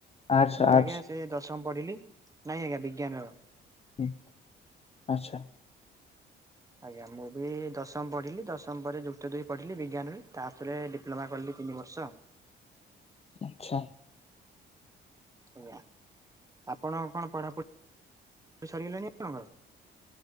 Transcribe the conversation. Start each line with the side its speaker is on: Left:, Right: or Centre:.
Left: ଆର୍ଟସ୍
Right: ମୁଁ
Left: ଆର୍ଟସ୍
Right: ଆଜ୍ଞା ସେ ଦଶମ ପଢିଲି ନାଇଁ ଆଜ୍ଞା ବିଜ୍ଞାନର
Left: ହୁଁ ଆଚ୍ଛା।
Right: ଆଜ୍ଞା ମୁଁ ବି ଦଶମ ପଢିଲି ଦଶମ ପରେ ଯୁକ୍ତ ଦୁଇ ପଢ଼ିଲି, ବିଜ୍ଞାନରେ ତାପରେ ଡିପ୍ଲୋମା କଲି ଦଇ ତିନି ବର୍ଷ
Left: ଆଚ୍ଛା।
Right: ଆଜ୍ଞା ଆପଣ କଣ ପଢାପଢି ତ ଶାରିଗଲା ନେଇ ଆଣଙ୍କ